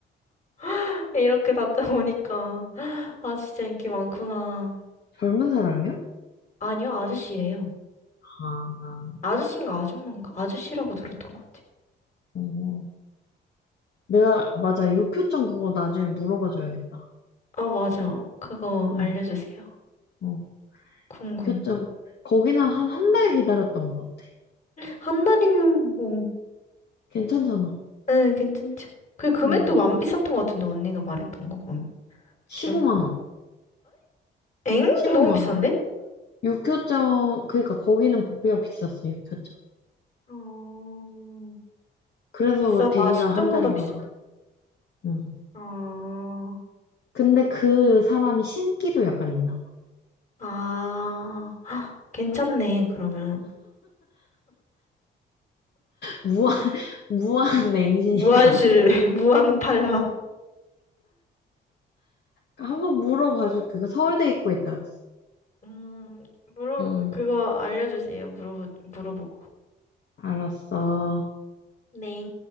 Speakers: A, on the left; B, on the left.
A: <laughs> 이렇게 답장 오니까, 아, 진짜 인기 많구나.
B: 젊은 사랑이야?
A: 아니요, 아저씨래요.
B: 아, 아.
A: 아저씨인가 아줌마인가? 아저씨라고 들었던 것 같아요.
B: 어. 내가, 맞아. 육효점 그거 나중에 물어봐 줘야겠다.
A: 아, 맞아. 그거
B: 응.
A: 알려주세요.
B: 어.
A: 궁금.
B: 그쵸. 거기는 한, 한 달 기다렸던 것 같아.
A: 한 달이면 뭐,
B: 괜찮잖아.
A: 네, 괜찮죠. 그 금액도
B: 응.
A: 안 비쌌던 것 같은데, 언니가 말했던 거 보면,
B: 15만
A: 기억하면.
B: 원.
A: 엥?
B: 15만
A: 너무 비싼데?
B: 원. 육효점, 그러니까 거기는 복비가 비쌌어, 육효점.
A: 어,
B: 그래서
A: 비싸다.
B: 대기가
A: 신점보다
B: 한 달인가
A: 비싸다.
B: 봐. 응.
A: 어,
B: 근데 그 사람이 신기도 약간 있나 봐.
A: 아, <gasps> 헉, 괜찮네, 그러면.
B: 무한, <laughs> 무한 맹신이야.
A: 무한실내, <laughs> 무한팔망
B: 한번 물어봐줄게. 그 그 서울대 입구에 있다 그랬어.
A: <laughs> 음, 물어,
B: 응.
A: 그거 알려주세요. 물어, 물어보고.
B: 알았어.
A: 네,